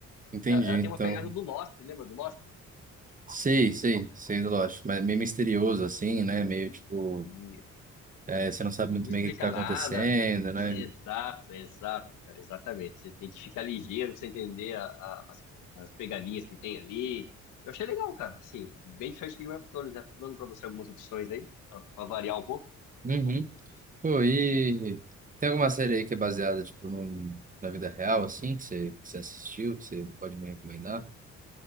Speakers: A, on the right; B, on the left.
A: Entendi,
B: Ela, ela
A: então.
B: tem uma pegada do Lost, lembra do Lost?
A: Sei, sei, sei do Lost, mas meio misterioso assim, né? Meio tipo,
B: E
A: é, você não sabe muito
B: Não explica
A: bem o que que tá acontecendo,
B: nada.
A: né?
B: Exato, exato, cara, exatamente. Você tem que ficar ligeiro pra você entender a- a- as, as pegadinhas que tem ali. Eu achei legal, cara, assim, bem diferente do Game of Thrones, né? Tô dando pra você algumas opções aí, pra, pra variar um pouco.
A: Uhum. Pô, e tem alguma série aí que é baseada tipo num- na vida real assim, que você, que você assistiu, que você pode me recomendar?